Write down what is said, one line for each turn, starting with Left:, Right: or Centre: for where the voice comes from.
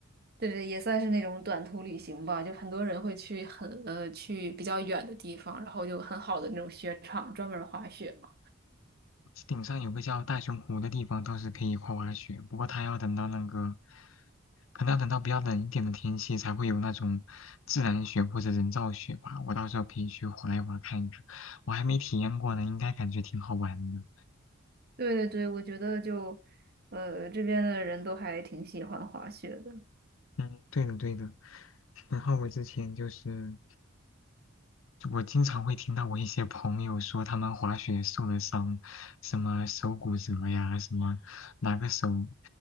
Right: 对对，也算是那种短途旅行吧。就很多人会去很呃去比较远的地方，然后就很好的那种雪场专门滑雪嘛。
Left: 顶上有个叫大熊湖的地方倒是可以滑滑雪，不过它要等到那个。可能要等到比较冷一点的天气才会有那种自然雪或者人造雪吧。我到时候可以去滑一滑看一看，我还没体验过呢，应该感觉挺好玩的。
Right: 对对对，我觉得就，呃，这边的人都还挺喜欢滑雪的。
Left: 嗯，对的对的。然后我之前就是，我经常会听到我一些朋友说他们滑雪受了伤，什么手骨折呀，什么哪个手，